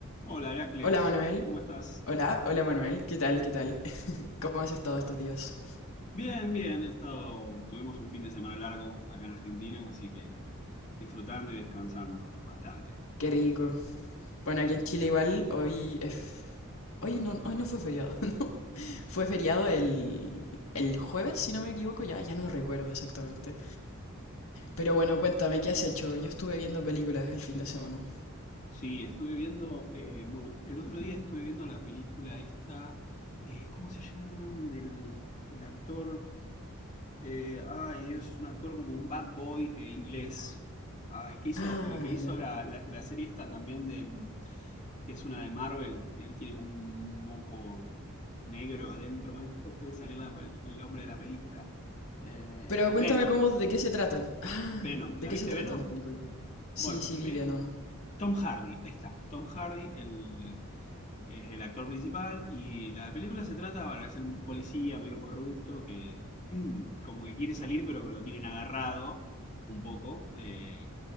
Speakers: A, on the left; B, on the left.
A: Hola, Heracles,
B: Hola Manuel,
A: ¿cómo estás?
B: hola, hola Manuel, ¿qué tal, qué tal? <laughs> ¿Cómo has estado estos días?
A: Bien, bien, he estado, tuvimos un fin de semana largo acá en Argentina, así que disfrutando y descansando bastante.
B: Qué rico. Bueno, aquí en Chile igual, hoy es... Hoy no, hoy no fue feriado. <laughs> Fue feriado el, el jueves, si no me equivoco, ya, ya no recuerdo exactamente. Pero bueno, cuéntame, ¿qué has hecho? Yo estuve viendo películas el fin de semana.
A: Sí, estuve viendo, eh, bueno, el otro día estuve viendo la película esta, eh, ¿cómo se llama? El, el actor, eh, ay Dios, es un actor como un bad boy eh, inglés, Ay, que hizo,
B: Ah,
A: el que hizo
B: ya.
A: la, la- la serie esta también de, que es una de Marvel, que él tiene como un moco negro adentro. Ay, <laughs> no me puede salir la- el nombre de la película. Eh,
B: Pero cuéntame
A: Venom.
B: cómo, de qué se trata. Ah,
A: Venom.
B: ¿de
A: ¿La
B: qué
A: viste
B: se trata
A: Venom?
B: la película? Sí,
A: Bueno,
B: sí,
A: ve
B: vi Venom.
A: Tom Hardy. Ahí está. Tom Hardy, el, es el actor principal y la película se trata, bueno, es un policía medio corrupto que <clears throat> como que quiere salir pero que lo tienen agarrado un poco. eh,